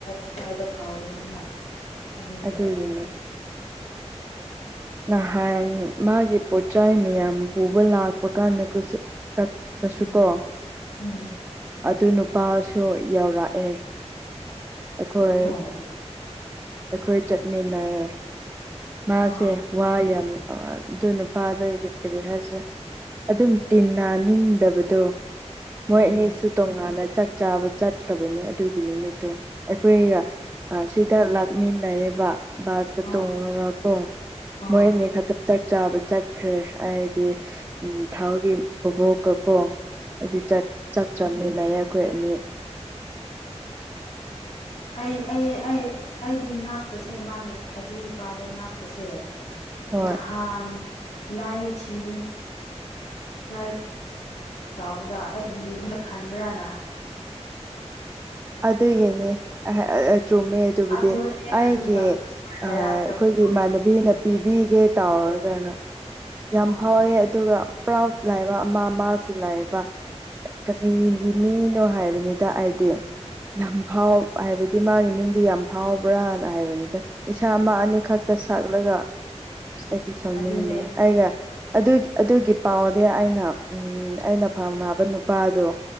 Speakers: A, on the left; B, on the right.
A: ꯏꯀꯥꯏꯕ ꯐꯥꯎꯕꯅꯤꯅ ꯑꯗꯨꯒꯤ
B: ꯑꯗꯨꯒꯤꯅꯦ
A: ꯑꯣꯏꯔꯝ
B: ꯅꯍꯥꯟ ꯃꯥꯒꯤ ꯄꯣꯠꯆꯥꯏ ꯃꯤꯌꯥꯝ ꯄꯨꯕ ꯂꯥꯛꯄ ꯀꯥꯟꯗ ꯀꯨꯁꯨ ꯇꯄ ꯇꯁꯨ
A: ꯎꯝ
B: ꯀꯣ
A: ꯎꯝ
B: ꯑꯗꯨ ꯅꯨꯞ ꯄꯥꯁꯨ ꯌꯧꯔꯛꯑꯦ ꯑꯩꯈꯣꯏ
A: ꯑꯣ
B: ꯑꯩꯈꯣꯏ ꯆꯠꯃꯤꯟꯅꯩꯌꯦ ꯃꯥꯁꯦ
A: ꯑꯥ
B: ꯌꯥꯝ ꯑꯗꯨ ꯅꯨꯄꯥꯥ ꯗꯣ ꯀꯔꯤ ꯍꯥꯏꯁꯤꯔꯥ ꯑꯗꯨꯝ ꯇꯤꯟꯅ ꯅꯤꯡꯗꯕꯗꯣ ꯃꯣꯏ
A: ꯎꯝ
B: ꯑꯅꯤꯁꯨ ꯇꯣꯉꯥꯟꯅ ꯆꯥꯛ ꯆꯥꯕ ꯆꯠꯈ꯭ꯔꯕꯅꯤ ꯑꯗꯨꯒꯤ ꯅꯨꯃꯤꯠꯇꯨ ꯑꯩꯈꯣꯏꯒ ꯁꯤꯗ ꯂꯥꯛꯃꯤꯟꯅꯩꯌꯦꯕ ꯕꯥꯁꯇ
A: ꯑꯣ
B: ꯇꯣꯡꯔꯒ ꯀꯣ
A: ꯑꯣ
B: ꯃꯣꯏꯅꯤ ꯈꯛꯇꯪ ꯆꯥꯛ ꯆꯥꯕ ꯆꯠꯈ꯭ꯔꯦ ꯑꯩꯗꯤ ꯊꯥꯎꯒꯤ ꯈꯨꯕꯣꯛꯀꯀꯣ ꯍꯥꯏꯗꯤ ꯆꯥꯛ ꯆꯃꯤ ꯂꯥꯏꯔꯤꯛ ꯈꯣꯏ ꯑꯅꯤ
A: ꯑꯩ ꯑꯩ ꯑꯩ ꯑꯩꯗꯤ ꯉꯥꯛꯄꯁꯦ ꯃꯥ ꯑꯗꯨ ꯅꯨꯄꯥꯗꯣ ꯉꯥꯛꯄꯁꯦ
B: ꯍꯣꯏ
A: ꯅꯍꯥꯟ ꯂꯥꯏ ꯊꯤꯅꯤꯡ ꯗꯥꯏꯠ ꯇꯧꯕꯗ <unintelligible> ꯈꯟꯕ꯭ꯔꯥꯅ
B: ꯑꯗꯨꯒꯤꯅꯦ ꯆꯨꯝꯃꯦ ꯑꯗꯨꯕꯨꯗꯤ
A: ꯑꯗꯨꯅꯦ
B: ꯑꯩꯒꯤ
A: ꯑꯗꯨꯒ ꯍꯥꯏꯔꯛꯇꯕ
B: ꯑꯩꯈꯣꯏꯒꯤ ꯏꯃꯥꯟꯅꯕꯤꯅ ꯄꯤꯕꯤꯒꯦ ꯇꯥꯎꯔꯒꯅ ꯌꯥꯝ
A: ꯑꯣ
B: ꯐꯥꯎꯋꯦ ꯑꯗꯨꯒ ꯄ꯭ꯔꯥꯎꯠ ꯂꯩꯕ ꯑꯃꯥ ꯃꯥꯁꯤ ꯂꯩꯕ ꯀꯔꯤꯒꯤ ꯃꯤꯅꯣ ꯍꯥꯏꯕꯅꯤꯗ ꯑꯩꯗꯤ ꯌꯥꯝ ꯐꯥꯎ ꯍꯥꯏꯕꯗꯤ ꯃꯥꯒꯤ ꯃꯤꯡꯗꯤ ꯌꯥꯝ ꯐꯥꯎꯕ꯭ꯔꯥꯅ ꯍꯥꯏꯕꯅꯤꯗ ꯏꯁꯥ ꯑꯃ ꯑꯅꯤ ꯈꯛꯇ ꯁꯛꯂꯒ ꯑꯁ ꯑꯩꯗꯤ ꯁꯥꯎ
A: ꯑꯗꯨꯅꯦ
B: ꯅꯤꯡꯕꯅꯦ ꯑꯩꯒ ꯑꯗꯨ ꯑꯗꯨꯒꯤ ꯄꯥꯎꯗꯤ ꯑꯩꯅ ꯎꯝ ꯑꯩꯅ ꯐꯥꯝꯅꯕ ꯅꯨꯄꯥꯗꯣ